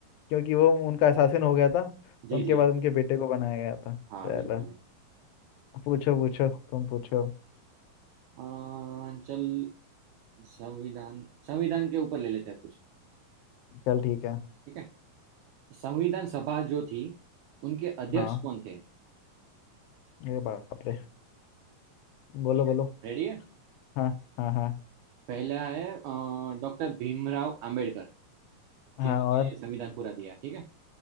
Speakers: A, on the left; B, on the right.
A: क्योंकि वो उनका शासन हो गया था
B: जी
A: तो उनके
B: जी
A: बाद उनके बेटे को बनाया गया था
B: हाँ
A: चलो
B: बिल्कुल
A: पूछो पूछो तुम पूछो
B: अं, चल संविधान संविधान के ऊपर ले लेते हैं कुछ
A: चल ठीक है
B: ठीक है संविधान सभा जो थी उनके अध्यक्ष
A: हाँ
B: कौन थे
A: ये बाप रे बोलो
B: ठीक
A: बोलो
B: है रेडी है
A: हाँ हाँ हाँ
B: पहला है डॉक्टर भीमराव आंबेडकर
A: हाँ
B: जिन्होंने
A: और
B: ये संविधान पूरा दिया ठीक है